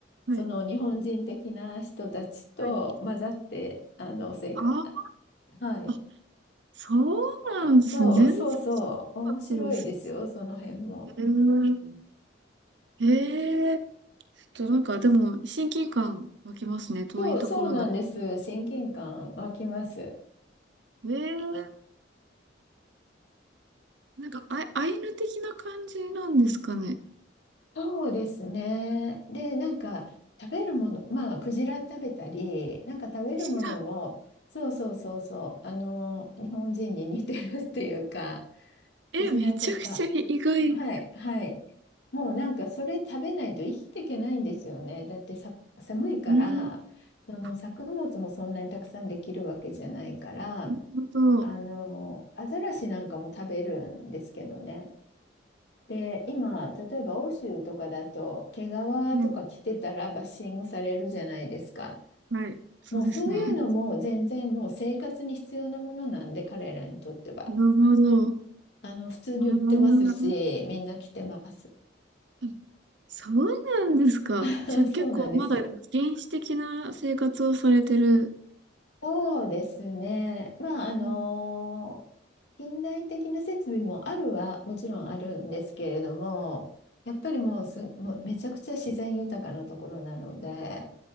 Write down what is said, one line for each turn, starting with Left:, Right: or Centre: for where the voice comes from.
Right: はい、
Left: その日本人的な人たちと混ざって、
Right: はい。
Left: あの、生活、
Right: あー
Left: はい。
Right: あ、そうなんですね。
Left: あそうそうそう、
Right: 全然知らなかったです。
Left: 面白いですよ、その辺も。
Right: えーえー、ちょっとなんかでも親近感湧きますね。遠いところなのに。
Left: そう、そうなんです。親近感湧きます。
Right: <laughs> ええなんか、あ、アイヌ的な感じなんですかね。
Left: そうですね。で、なんか食べるもの、まあ、クジラ食べたり、なんか食べるものも、
Right: 知らん。
Left: そうそうそうそう、あの、日本人に似てるっていうか、
Right: え、
Left: クジラとか、
Right: めちゃくちゃ意外。
Left: はいはい。もうなんかそれ食べないと生きていけないんですよね。だってさ、寒いから、
Right: うん。
Left: その作物もそんなにたくさんできるわけじゃないから。
Right: あ、なるほど。
Left: あの、アザラシなんかも食べるんですけどね。で、今、例えば欧州とかだと、毛皮とか着てたらバッシングされるじゃないですか。
Right: はい。はい。そうですね。
Left: もうそういうのも全然もう生活に必要なものなんで、彼らにとっては。
Right: なるほど。あ
Left: あの、普通に売ってますし、
Right: ー
Left: みんな着てます。
Right: えそうなんですか。
Left: <laughs>
Right: じゃあ結構まだ原始的な生活をされてる。
Left: そうなんです。そうですね。まあ、あの近代的な設備もあるはもちろんあるんですけれども、
Right: うん。
Left: やっぱりもうす、もうめちゃくちゃ自然豊かなところなので、